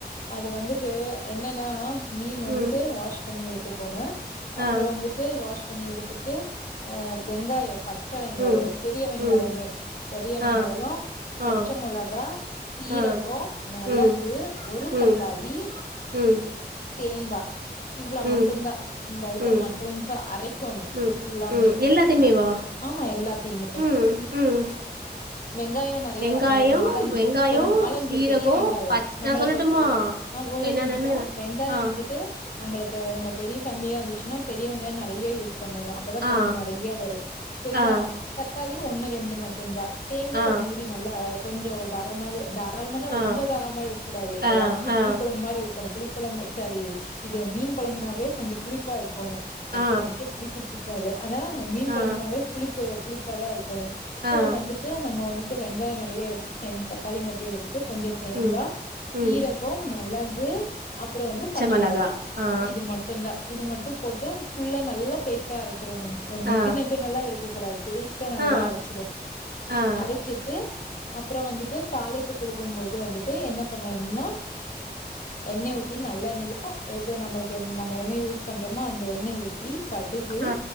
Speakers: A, on the left; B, on the right.
A: அது வந்துட்டு என்னனா மீன் வந்துட்டு
B: ம்
A: வாஷ் பண்ணி எடுத்துக்கோணு அப்புறோ
B: ஆ
A: வந்துட்டு வாஷ் பண்ணி எடுத்துட்டு அ வெங்காயோ பச்ச வெங்காயோ
B: ம்
A: பெரிய வெங்காயமே
B: ம்
A: பெரிய
B: ஆ
A: வெங்காயோ பச்சை
B: ஆ
A: மொளகா சீரகோ
B: ஆ
A: மிளகு
B: ம்
A: ஒரு
B: ம்
A: தக்காளீ
B: ம்
A: தேங்கா இவ்வள
B: ம்
A: மட்டுந்தா இந்த ஐட்டம்
B: ம்
A: மட்டுந்ஸா அரைக்கோணு
B: ம்
A: ஃபுல்லாமே
B: ம் எல்லாத்தையுமேவா
A: நல் ஆமா எல்லாத்தியுமே
B: ம் ம்
A: வெங்காயோ நெறையா
B: வெங்காயம்
A: ஒரு நாலஞ்சு
B: வெங்காயோ
A: ஒரு நாலஞ்சு
B: சீரகோ
A: பெரிய வெங்காயோ
B: பச்
A: நம்மளுக்கு
B: நா சொல்லட்டுமா
A: கொல ஆஹோரே
B: என்னென்னன்னு
A: நிமிஷோ வெங்காயோ
B: ஆ
A: வந்துட்டு நம்மளுக்கு நம்ம பெரிய ஃபேமிலியா இருந்துச்சுன்னா பெரிய வெங்காயோ நெறையா யூஸ் பண்ணோணு அப்பதா கொழம்பு
B: ஆ
A: நெறையா வரு செரியா
B: ஆ
A: தக்காளி ஒண்ணு ரெண்டு மட்டுந்தா தேங்கா
B: ஆ
A: ஒரு மூடி நெ நல்லா கொஞ்சோ தரமாவே தா தாரளம்ன்னா
B: ஆ
A: ரொம்ப தாரளமா இருக்க கூடாது
B: ஆ
A: ஆக்சுவலி
B: ஆ
A: புளி கொழம்பு மாரி இருக்கனு புளி கொழம்பு செரி இது மீன் குழம்புனாவே கொஞ்சோ புளிப்பா இருக்கோனோ ஆக்சுவலி
B: ஆ
A: எனக்கே புளிப்பு புடிக் கக்காது ஆனா மீன் கொழம்புனாவே
B: ஆ
A: புளிப்பு புளிப்பாதா இருக்கோனு சோ
B: ஆ
A: வந்து ட்டு நம்ம வந்துட்டு வெங்காயோ நெறைய எடுத்துட்டு ரெண்டு தக்காளி மட்டு எடுத்துட்டு கொஞ்சோ தேங்கா
B: ம்
A: சீரகோ
B: ம்
A: மெளகு அப்றோ வந்து பச்ச
B: மெளகா
A: மிளகா
B: ஆ
A: இது மட்டு தா இது மட்டு போட்டு ஃபுல்ல நல்லா பேஸ்ட்டா அரைச்சறனும் நெகு
B: ஆ
A: நெகுல்லா இருக்கக்கூடாது பேஸ்டா நல்லா
B: ஆ
A: அரச்
B: ஆ
A: அரச்சிட்டு அப்றோ வந்துட்டு தாளிப்பு கொடுக்கு போது வந்துட்டு என்ன பண்ணணுன்னா எண்ணெய் ஊத்தி நல்லெண்ணெய் எது நம்மளுக்கு நம்ம என்ன யூஸ் பண்றோமோ அந்த எண்ணெய் ஊத்தி ஊத்தி கடுகு
B: ஆ